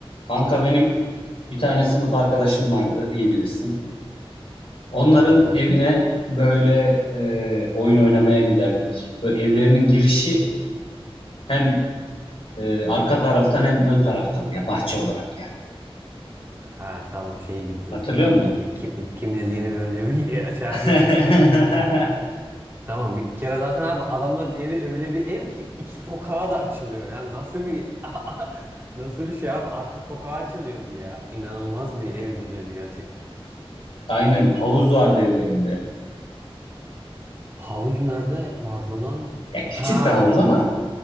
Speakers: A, on the left; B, on the right.
A: Kanka benim bir tane sınıf arkadaşım vardı, iyi bilirsin. Onların
B: Hı hı.
A: evine böyle e, oyun oynamaya giderdik. Böyle evlerinin girişi hem e, arka taraftan hem ön taraftan ya bahçe olarak yani.
B: Ha tamam şeye gidiyorsun
A: Hatırlıyor
B: tamam
A: musun?
B: okey. Kim, kim dediğini bir önce bir <laughs> şey yapma
A: <laughs>
B: kestirmeye çalıştım. Tamam bir kere zaten abi adamların evi öyle bir ev ki iki sokağa da açılıyor. Yani nasıl bir <laughs> nasıl bir şey abi arka sokağa açılıyordu ya. İnanılmaz bir ev düzeni gerçekten.
A: Aynen havuz vardı evlerinde.
B: Havuz nerede vardı lan?
A: Ya küçük
B: Ha
A: bir havuz ama